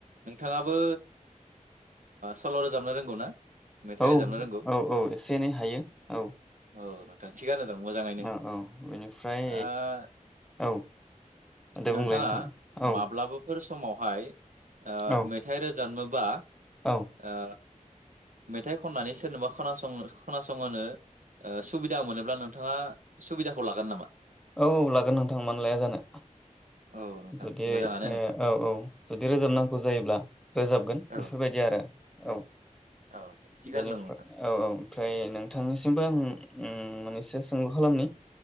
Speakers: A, on the right; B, in the centre.
A: नोंथाङाबो सल' रोजाबनो रोंगौ ना? मेथाइ
B: औ
A: रोजाबनो रोंगौ
B: औ औ एसे एनै हायो औ
A: औ नोंथां थिगानो दं मोजाङैनो
B: औ औ बेनिफ्राय
A: ओ
B: औ दे
A: नोंथाङा
B: बुंलाय नोंथां औ
A: माब्लाबाफोर समावहाय ओ
B: औ
A: मेथाइ रोजाबनोबा
B: औ
A: ओ मेथाइ खननानै सोरनोबा खोनासंनो खोनासंहोनो सुबिदा मोनोब्ला नोंथाङा सुबिदाखौ लागोन नामा?
B: औ लागोन नोंथांमोननानै लाया जानो
A: औ नोंथां
B: जुदि
A: मोजाङानो
B: औ
A: नोंथां
B: औ जुदि रोजाबनांगौ जायोब्ला रोजाबगोन बेफोरबायदि
A: औ
B: आरो औ
A: औ थिगानो
B: बेनिफ्राय
A: दं नोंथां
B: औ औ ओमफ्राय नोंथांनिसिमबो आं ओम मोनैसो सोंलु खालामनि